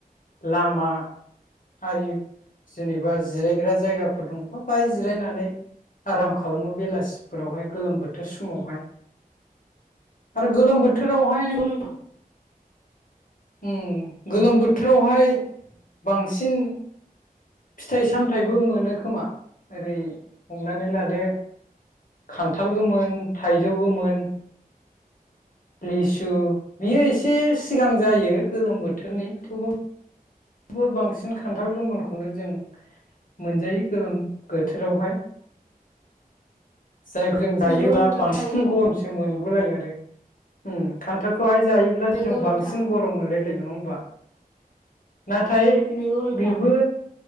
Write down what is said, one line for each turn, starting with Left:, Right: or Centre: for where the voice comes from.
Left: लामा आरि जेनेबा जिरायग्रा जायगाफोर दङबा बाहाय जिरायनानै आराम खालामो बेलासिफोरावहाय गोलोम बोथोर समावहाय आरो गोलोम बोथोर बोथोराव हाय
Right: नंगौ नोंथां
Left: ए गोलोम बोथोरावहाय बांसिन फिथाइ सामथाइबो मोनो खोमा ओरै हमनानै लादो खान्थाल गोमोन थाइजौ गोमोन लिसु बियो एसे सिगां जायो गोलोम बोथोरनि थेवबो बो बांसिन खान्थाल गोमोनखौनो जों मोनजायो गोलोम बोथोरावहाय जायखौ जों जायोबा
Right: नंगौ नोंथां
Left: बांसिन
Right: थारैनो
Left: गरमसो मोनगुलायो आरो उम खान्थाल खौहाय जायोब्ला
Right: नंगौ
Left: जों
Right: नोंथां
Left: बांसिन गरम मोनलायलायो होमबा नाथाय
Right: नंगौ नोंथां
Left: बेबो